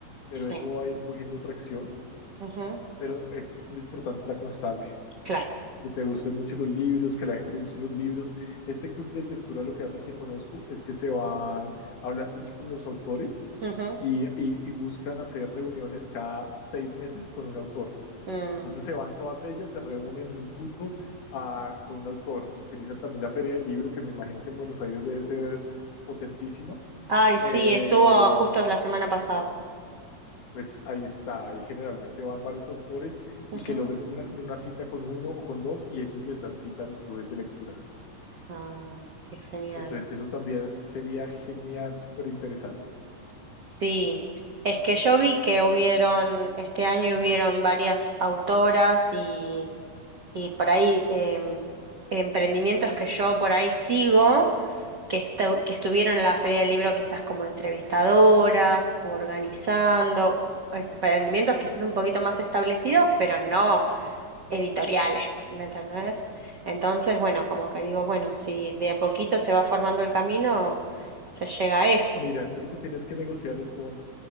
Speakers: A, on the left; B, on the right.
A: pero
B: sí,
A: eso va a ir cogiendo tracción,
B: ujú,
A: pero es lo importante es la constancia
B: claro.
A: y que te gusten mucho los libros, que a la gente le gusten los libros. Este club de lectura lo que hace el que conozco es que se van, hablan mucho con los autores
B: ujú,
A: y, y- y buscan hacer reuniones cada seis meses con un autor.
B: mm.
A: Entonces se van todas ellas, se reúnen en un punto ah, con un autor. Utilizan también la Feria del Libro, que me imagino que en Buenos Aires debe ser potentísima.
B: Ay, sí,
A: Eh,
B: estuvo justo la semana pasada.
A: pues ahí está, ahí generalmente van varios autores
B: Ujú.
A: y que logren una, una cita con uno o con dos y ellos les dan cita a los clubes de lectura.
B: Ay, qué genial.
A: Entonces eso también sería genial, súper interesante.
B: Sí, es que yo vi que hubieron, este año hubieron varias autoras y, y por ahí em, emprendimientos que yo por ahí sigo, que, estu- que estuvieron en la Feria del Libro quizás como entrevistadoras u organizando, eh, emprendimientos quizás un poquito más establecidos, pero no. editoriales, ¿me entendés? Entonces, bueno, como que digo, bueno, si de a poquito se va formando el camino, se llega a eso.
A: Mira, tú lo que tienes que negociar es con